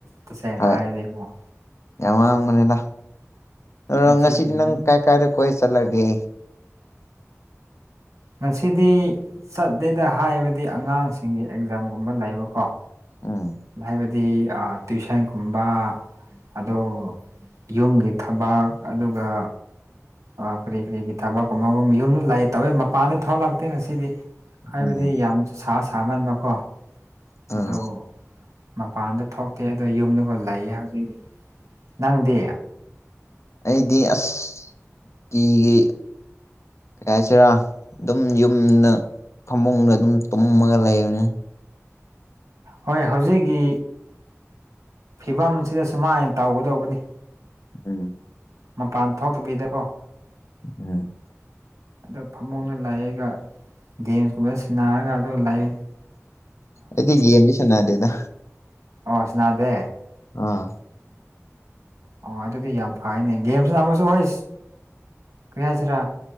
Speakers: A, on the right; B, on the left.
A: ꯇꯁꯦꯡ ꯍꯥꯏꯅ
B: ꯍꯣꯏ
A: ꯍꯥꯏꯔꯗꯤꯀꯣ
B: ꯌꯥꯝ ꯋꯥꯡꯕꯅꯤꯅ ꯑꯗꯨ
A: ꯃꯁꯤꯒꯨꯝꯕ
B: ꯉꯁꯤꯗꯤ ꯅꯪ ꯀꯥꯏ ꯀꯥꯏꯗ ꯀꯣꯏ ꯆꯠꯂꯒꯦ
A: ꯉꯁꯤꯗꯤ ꯆꯠꯇꯠꯇꯦꯗ ꯍꯥꯏꯕꯗꯤ ꯑꯉꯥꯡꯁꯤꯡꯒꯤ ꯑꯦꯛꯖꯥꯝꯒꯨꯝꯕ ꯂꯩꯕꯀꯣ
B: ꯎꯝ
A: ꯍꯥꯏꯕꯗꯤ ꯇ꯭ꯨꯋꯁꯟꯒꯨꯝꯕ ꯑꯗꯣ ꯌꯨꯝꯒꯤ ꯊꯕꯛ ꯑꯗꯨꯒ ꯑꯣ ꯀꯔꯤ ꯀꯔꯤꯒꯤ ꯊꯕꯛꯀꯨꯝꯕꯒꯨꯝ ꯌꯨꯝꯗ ꯂꯥꯛꯑꯦ ꯇꯧꯋꯦ ꯃꯄꯥꯟꯗ ꯊꯧ ꯂꯥꯛꯇꯦ ꯉꯁꯤꯗꯤ ꯍꯥꯏꯕꯗꯤ
B: ꯎꯝ
A: ꯌꯥꯝ ꯁꯥ ꯁꯥꯃꯟꯕꯀꯣ
B: ꯑꯥ
A: ꯑꯗꯣ ꯃꯄꯥꯟꯗ ꯊꯣꯛꯇꯦ ꯑꯗꯣ ꯌꯨꯝꯗꯨꯒ ꯂꯩꯌꯦ ꯍꯧꯖꯤꯛꯇꯤ ꯅꯪꯗꯤ
B: ꯑꯩꯗꯤ ꯑꯁ ꯀꯤꯒꯤ ꯀ ꯍꯥꯏꯁꯤꯔꯥ ꯑꯗꯨꯝ ꯌꯨꯝꯅ ꯐꯃꯨꯡꯗ ꯑꯗꯨꯝ ꯇꯨꯝꯃꯒ ꯂꯩꯕꯅꯤ
A: ꯍꯣꯏ ꯍꯧꯖꯤꯛꯀꯤ ꯐꯤꯕꯝꯁꯤꯗ ꯁꯨꯃꯥꯏꯅ ꯇꯧꯒꯗꯧꯕꯅꯤ
B: ꯎꯝ
A: ꯃꯄꯥꯟ ꯊꯣꯛꯇꯕꯤꯗꯀꯣ
B: ꯎꯝ
A: ꯑꯣ ꯐꯃꯨꯡꯗ ꯂꯩꯒ ꯗꯦꯟꯁꯀꯨꯝꯕ ꯁꯤꯟꯅꯔꯒ ꯑꯗꯨ ꯂꯩ
B: ꯑꯩꯗꯤꯒꯤꯦꯝꯃꯤꯁꯅꯗꯦꯗ
A: ꯑꯣꯁꯅꯥꯗꯦ
B: ꯑꯥ
A: ꯑꯣ ꯑꯗꯨꯗꯤ ꯌꯥꯝ ꯐꯩꯅꯦ ꯒꯦꯝꯁ ꯂ ꯑꯃꯁꯁꯨ ꯍꯁ ꯀꯩ ꯍꯥꯏꯁꯤꯔꯥ